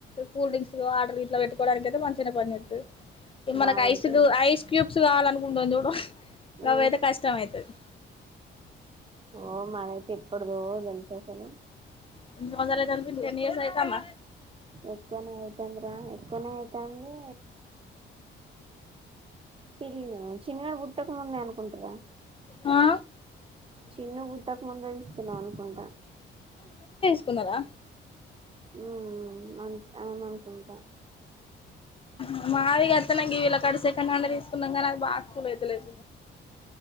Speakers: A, on the left; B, on the right.
A: కూల్ డ్రింక్స్ డర్ ఇ పెట్టుకోడానికి అయితే మంచిగానే పని చేస్తాది
B: మాదైతే
A: మనకి ఐస్లు ఐస్ క్యూబ్ స్ కావాలనుకుంటు చూడు
B: ఆ
A: అవి అయితే కష్టం అయితది
B: ఓహ మరైతే ఎప్పుడదో తెలుసు అసలు
A: ఎన్ని సంచారాలు అయితంది టెన్ ఇయర్స్ అయితంద
B: ఎక్కువనే అవుతుంది రా ఎక్కువనే అయితంది పెరి చిన్నగాడ పుట్టక ముందే అనుకుంటారా
A: ఆ
B: చిన్న గుుట్టక ముందే ఇస్తున్నాం అనుకుంటా
A: చెకున్నారా
B: మ్మ్ అ అవును అనుకుంటా
A: ఆ మాదిగా అస్తన వీళ్ళ కాడ సెకండ్ హ్యాండ్ తీసుకున్నాం కానీ అది బాగాకుల్ అయితలేదు